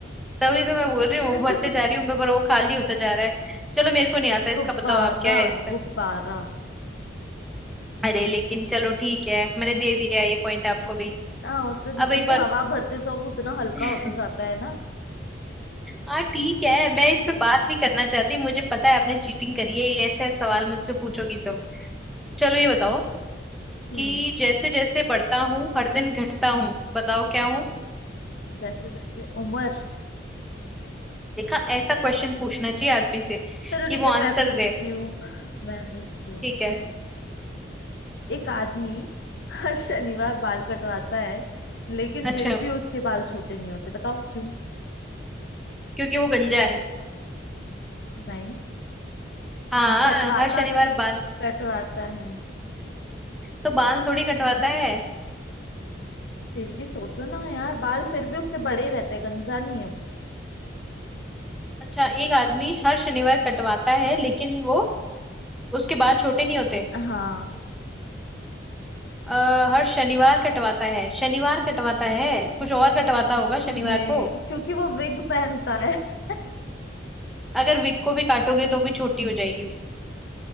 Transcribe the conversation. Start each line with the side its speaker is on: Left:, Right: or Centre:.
Centre: तभी तो मैं बोल रही हूँ
Left: <laughs> नहीं
Centre: वो भरते जा रही हूँ मैं पर वो खाली होता जा रहा है चलो मेरे को नहीं आता इसका
Left: गुब्बारा
Centre: बताओ आप क्या है इसका
Left: गुब्बारा
Centre: अरे लेकिन चलो ठीक है मैंने दे दिया ये पॉइंट आपको भी
Left: हाँ उसमें जितनी
Centre: अब एक बार
Left: हवा भरते जाओ वो उतना हल्का
Centre: <laughs>
Left: होता जाता है ना
Centre: हाँ ठीक है
Left: <laughs>
Centre: मैं इस पे बात नहीं करना चाहती मुझे पता है आपने चीटिंग करी है ये ऐसे सवाल मुझसे पूछोगी तो चलो ये बताओ
Left: हम्म
Centre: कि जैसे जैसे बढ़ता हूँ हर दिन घटता हूँ बताओ क्या हूँ
Left: जैसे जैसे उम्र
Centre: देखा ऐसा क्वेश्चन पूछना
Left: <laughs>
Centre: चाहिए आदमी से
Left: चलो
Centre: कि
Left: ठीक
Centre: वो
Left: है
Centre: आंसर
Left: मैं पूछती
Centre: दे
Left: हूँ मैं पूछती हूँ
Centre: ठीक
Left: ठीक
Centre: है
Left: है एक आदमी हर शनिवार बाल कटवाता है लेकिन
Centre: अच्छा
Left: फिर भी उसके बाल छोटे नहीं होते बताओ क्यों
Centre: क्योंकि वो गंजा है
Left: नहीं
Centre: हाँ
Left: कटवाता
Centre: हर शनिवार बाल
Left: कटवाता है
Centre: तो बाल थोड़ी कटवाता है
Left: फिर भी सोचो ना यार बाल फिर भी उसके बड़े ही रहते हैं गंजा नहीं है वो
Centre: अच्छा एक आदमी हर शनिवार कटवाता है लेकिन वो उसके बाल छोटे नहीं होते
Left: हाँ
Centre: आ, हर शनिवार कटवाता है शनिवार कटवाता है कुछ और कटवाता होगा
Left: नहीं
Centre: शनिवार को
Left: क्योंकि वो विग पहनता है <laughs>
Centre: अगर विक को भी काटोगे तो भी छोटी हो जाएगी वो